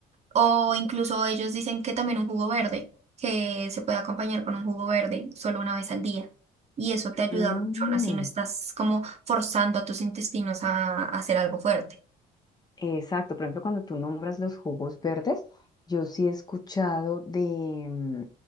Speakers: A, on the right (about 40°); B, on the left (about 25°).
A: O incluso ellos dicen que también un jugo verde, que se puede acompañar con un jugo verde solo una vez al día. Y eso te ayuda
B: Mm.
A: mucho, aún así no estás como forzando a tus intestinos a a hacer algo fuerte.
B: Exacto, por ejemplo, cuando tú nombras los jugos verdes, yo sí he escuchado de mm,